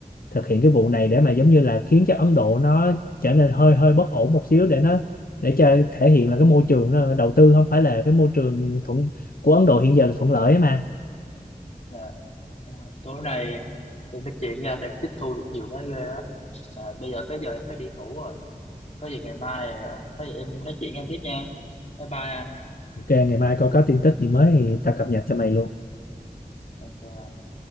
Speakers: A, on the left (about 75°); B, on the left (about 45°).
A: thực hiện cái vụ này để mà giống như là khiến cho Ấn Độ nó trở nên hơi hơi bất ổn một xíu để nó để cho thể hiện là cái môi trường nó đầu tư không phải là cái môi trường thuận của Ấn Độ hiện giờ là thuận lợi ấy mà.
B: Dạ. Tối nay em nói chuyện với anh em tiếp thu được nhiều cái ghê á mà bây giờ tới giờ em phải đi ngủ rồi có gì ngày mai à, có gì em nói chuyện với anh tiếp nha bye bye anh
A: Ok, ngày mai coi có tin tức gì mới thì tao cập nhật cho mày luôn.
B: ok